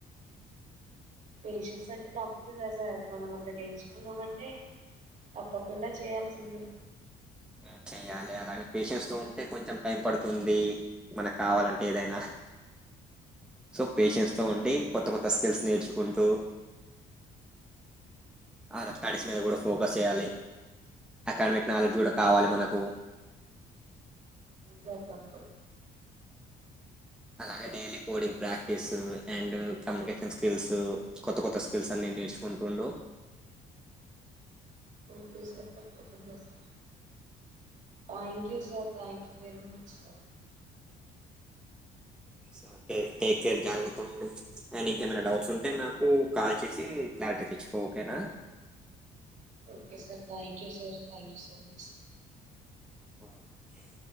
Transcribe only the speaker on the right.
పేషన్స్ అంటే తప్పుతుందా సార్ మనం ఒకటి ఎంచుకున్నమంటే తప్పకుండ చేయాల్సింది
సార్ తప్ప
ఓకే సార్ తప్పకుండా sir thank you sir thank very much sir
okay sir thank you sir thank you so much